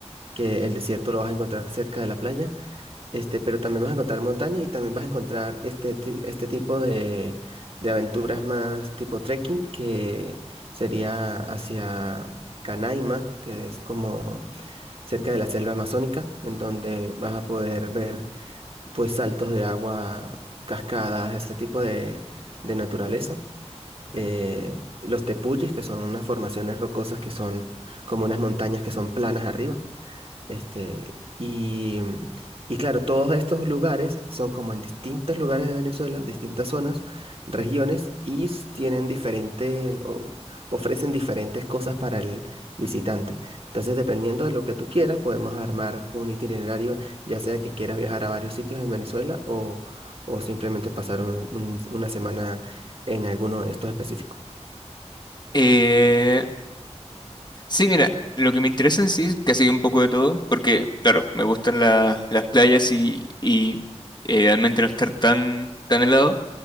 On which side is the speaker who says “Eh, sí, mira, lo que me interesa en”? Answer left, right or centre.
Left